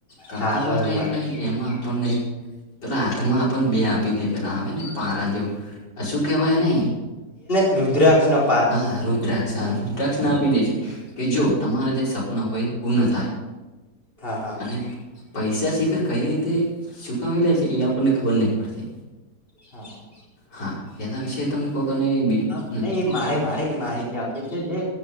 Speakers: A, on the left (about 85°); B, on the left (about 30°).
A: તંતર
B: હા
A: મારે
B: બરોબર
A: એટલે એમાં આપણને પેલા હાથમાં પણ બે આપી દે પેલા આવે ને પારા જેવું શું કેવાય એને
B: રુદ્રાક્ષના
A: હા રુદ્રાક્ષ આ રુદ્રાક્ષ ના આપી દે છે કે જો તમારા જે સપના હોય એ પૂર્ણ થાય
B: હા હા
A: અને પૈસા શિખર કઈ રીતે ચૂકાવી લે છે એ આપણને ખબર નહીં પડશે.
B: હા હા
A: હા એના વિશેે તમમે કોકોને બી
B: હા મને
A: હ
B: એ મારે મારે એ માહિતી આપે છે જે.